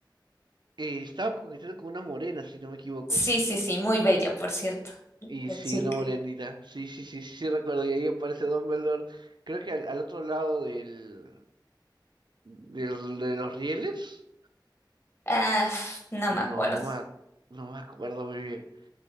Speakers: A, on the right; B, on the left.
A: Eh, estaba coqueteando con una morena, si no me equivoco.
B: Sí, sí, sí, muy bella, por cierto,
A: Y
B: la
A: sí,
B: chica.
A: una morenita. Sí, sí, sí, sí, sí, recuerdo. Y ahí aparece Dumbledore. Creo que al, al otro lado del, del, de los rieles.
B: Ah, no
A: O
B: me
A: no,
B: acuerdo.
A: no me, ac- no me acuerdo muy bien.